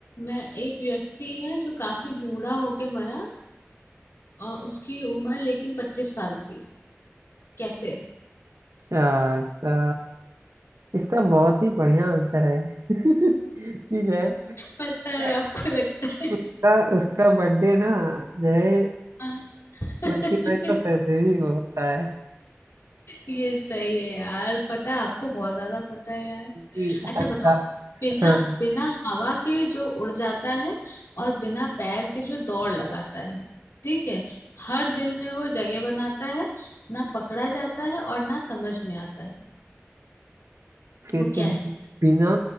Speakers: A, on the left; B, on the right.
A: मैं एक व्यक्ति है जो काफी बूढ़ा होके मरा अ, उसकी उम्र लेकिन पच्चीस साल थी कैसे
B: अच्छा इसका इसका बहुत ही बढ़िया आंसर है कि जो है
A: पता
B: उसका
A: है आपको लगता है
B: उसका उसका बर्थडे ना जो है
A: हाँ। <laughs>
B: ट्वेंटी नाइन्थ ऑफ फेब्रवरी को होता है
A: ये सही है यार पता है आपको बहुत ज्यादा पता है यार
B: कि
A: अच्छा
B: हर
A: बताओ
B: साल
A: बिना
B: हाँ
A: बिना हवा के जो उड़ जाता है और बिना पैर के जो दौड़ लगाता है ठीक है हर दिल में वो जगह बनाता है ना पकड़ा जाता है और ना समझ में आता है
B: फिर
A: वो क्या
B: से
A: है
B: बिना